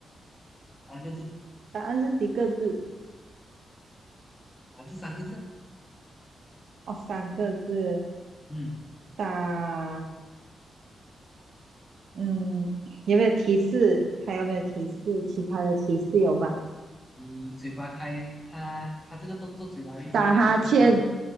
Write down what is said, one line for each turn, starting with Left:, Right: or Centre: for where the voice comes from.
Left: 三个字，
Right: 答案是几个字？
Left: 打字三个字啊
Right: 哦，三个字，
Left: 嗯，
Right: 打。嗯，有没有提示？还有没有提示？其他的提示有吗？
Left: 你嘴巴开，它它这个动作嘴巴会一直开，
Right: 打哈欠，
Left: 一直开，一直，